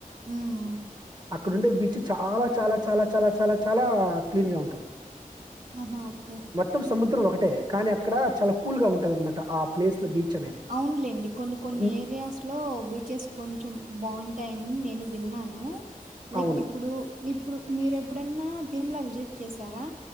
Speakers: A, on the right (about 70°); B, on the right (about 30°).
A: ఉమ్,
B: అక్ ఇపుడు వుండే బీచ్ చాలా చాలా చాలా చాలా చాలా చాలా క్లీన్ గా ఉంటది
A: ఆహా ఓకే
B: మొత్తం సముద్రం ఒకటే. కానీ అక్కడ చాలా కూల్‌గా ఉంటదనమాట. ఆ ప్లేస్‌లో బీచ్ అనేది.
A: అవునులేండి కొన్ని కొన్ని
B: హ్మ్.
A: ఏరియాస్ లో బీచెస్ కొంచెం బాగుంటాయి నేను విన్నాను లైక్
B: అవును.
A: ఇప్పుడు ఇప్ ఇప్పుడు మీరు ఎప్పుడైన్నా తిరుమల విజిట్ చేసారా